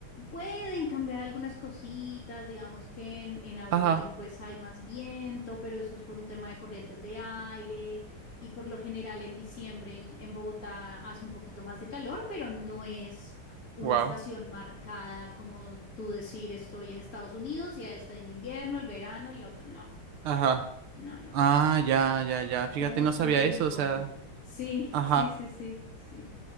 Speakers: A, on the left; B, on the right.
A: pueden cambiar algunas cositas, digamos que en, en abril
B: Ajá.
A: pues hay más viento, pero eso es por un tema de corrientes de aire y por lo general en diciembre en, en Bogotá hace un poquito más de calor, pero no es una
B: Wow.
A: estación marcada como tú decir estoy en Estados Unidos, ya está en el invierno, el verano, el otoño.
B: Ajá.
A: No, no, no,
B: Ah, ya, ya, ya. Fíjate,
A: como bastante
B: no sabía
A: uniforme.
B: eso, o sea,
A: Sí,
B: ajá.
A: <laughs> sí, sí, sí, sí,